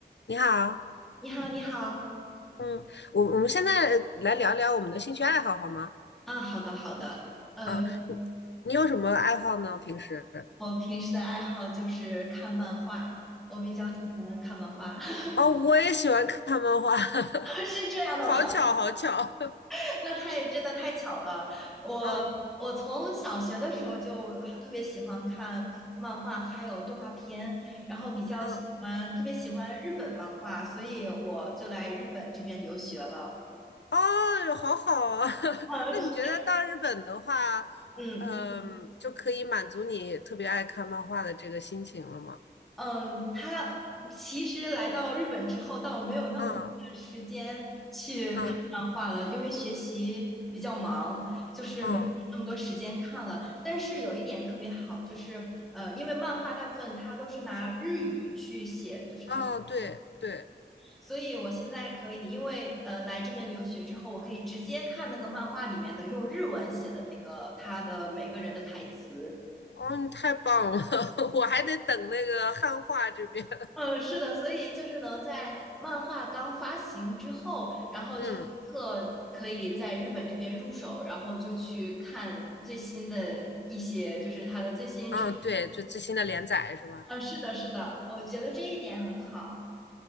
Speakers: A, on the left; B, in the centre.
A: 你好，
B: 你好，你好
A: 嗯，我我们现在来聊聊我们的兴趣爱好好吗？
B: 啊，好的，好的。呃，
A: 啊，你你有什么爱好呢？平时？
B: 我平时的爱好就是看漫画，我比较喜欢看漫画。<laughs>
A: 哦，我也喜欢看漫画，<laughs>
B: 是这样的吗？
A: 好巧，好巧，
B: <laughs> 那太真的太巧了。我我从小学的时候就很特别喜欢看漫画，
A: <laughs> 嗯
B: 还有动画片，然后比较喜欢特别喜欢日本漫画，
A: 嗯，
B: 所以我就来日本这边留学了。
A: 哦，好好啊。<laughs>
B: 嗯，
A: 那你觉得到日本的话，
B: 是，嗯。
A: 嗯，就可以满足你特别爱看漫画的这个心情了吗？
B: 嗯，他其实来到日本之后，倒没有那么多的时间去看漫画了，
A: 啊啊
B: 因为学习比较忙，就是没有那么多时间看了。
A: 啊
B: 但是有一点特别好，就是呃，因为漫画大部分它都是拿日语去写，就是它，
A: 啊，对对，
B: 所以我现在可以，因为呃来这边留学之后，我可以直接看那个漫画里面的用日文写的那个他的每个人的台词。
A: 哦，你太棒了，<laughs> 我还得等那个汉化这边，
B: 嗯，是的，所以就是能在漫画刚发行之后，然后就立刻可以在日本这边入手，
A: <laughs> 嗯。
B: 然后就去看最新的一些，就是它的最新出。
A: 嗯，对，就最新的连载是吧？
B: 嗯，是的，是的，我觉得这一点很好。